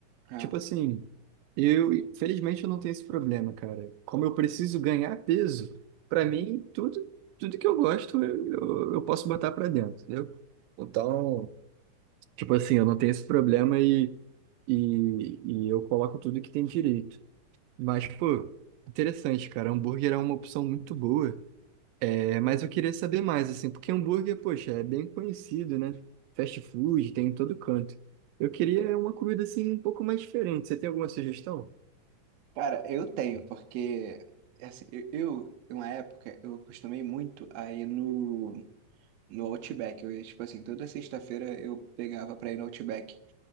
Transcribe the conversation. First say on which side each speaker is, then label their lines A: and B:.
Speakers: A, on the right; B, on the right.
A: ah,
B: Tipo assim, eu, felizmente eu não tenho esse problema, cara. Como eu preciso ganhar peso, pra mim, tudo, tudo que eu gosto, eu, eu, eu posso botar pra dentro, entendeu? Então, tipo assim, eu não tenho esse problema e, e, e eu coloco tudo que tem direito. Mas, pô, interessante, cara. Hambúrguer é uma opção muito boa. É, mas eu queria saber mais, assim, porque hambúrguer, poxa, é bem conhecido, né? Fast food, tem em todo canto. Eu queria uma comida, assim, um pouco mais diferente. Você tem alguma sugestão?
A: cara, eu tenho, porque assim, eu, eu, em uma época, eu acostumei muito a ir no, no Outback. Eu ia, tipo assim, toda sexta-feira eu pegava pra ir no Outback,